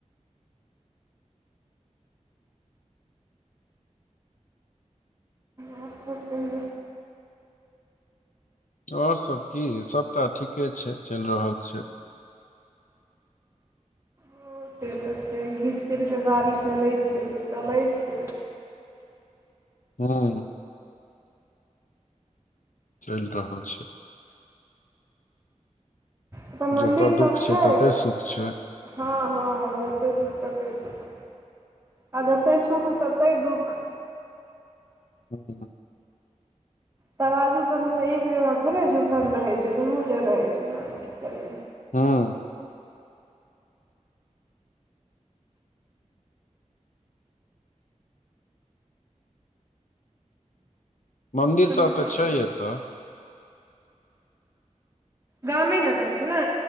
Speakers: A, on the right; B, on the left.
A: और सब कहियौ?
B: और सब की सबटा ठीके छै, चैल रहल छै।
A: हँ से तै छै घीच तिर के गाड़ी चलै छै तऽ चलै छै।
B: हां। चैल रहल छै।
A: ओता मन्दिर
B: जतऽ दुःख
A: सब छै?
B: तते सुख छै
A: हां-हां-हां जतै दुःख ततै सुख। आ जतए सुख ततै दुःख।
B: हां।
A: तराजू कखनो एक जगह थोड़े झुकल रहै छै, दुनू जगह हय छै हां की करबै।
B: हां। मंन्दिर
A: तहन
B: सब तै छै एता।
A: गामे जकाँ छै नै,